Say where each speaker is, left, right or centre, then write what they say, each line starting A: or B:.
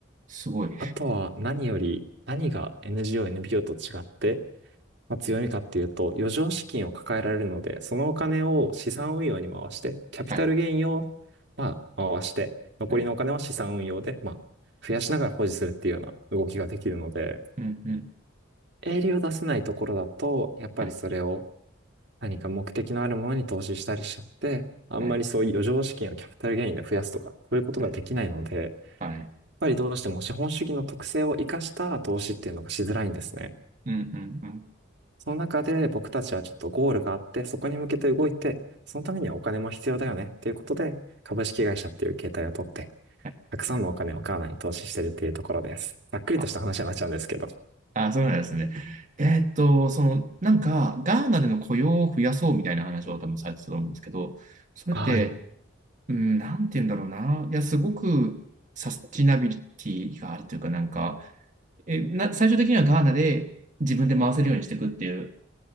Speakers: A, on the right (about 35°); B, on the right (about 55°).
A: すごい。
B: あとは何より、何が NGO、NPO と違ってまあ、強みかっていうと、余剰資金を抱えられるので、そのお金を資産運用に回して、キャピタルゲインを、
A: はい、
B: まあ、回して、残りのお金は資産運用で、
A: はい、
B: まあ、増やしながら保持するっていうような動きができるので、
A: うんうん、
B: 営利を出せないところだと、やっぱりそれを
A: はい、
B: 何か目的のあるものに投資したりしちゃって、あんまりそういう余剰資金をキャピタルゲインで増やすとか、
A: はい、
B: そういうことができないので、
A: はい、
B: やっ
A: はい、
B: ぱりどうしても資本主義の特性を生かした投資っていうのがしづらいんですね。
A: うんうんうん。
B: その中で僕たちはちょっとゴールがあって、そこに向けて動いて、そのためにはお金も必要だよねっていうことで、株式会社っていう形態を取って、
A: はい
B: たくさんのお金をガーナに投資してるっていうところです。ざっくりとした話になっちゃうんですけど。
A: あ、あそうなんですね。えーっと、その、なんか、ガーナでの雇用を増やそうみたいな話を多分されてたと思うんですけど、それって、
B: はい。
A: うん、なんて言うんだろうな。いや、すごくサスティナビリティがあるというか、なんか、え、な、最終的にはガーナで自分で回せるようにしていくっていう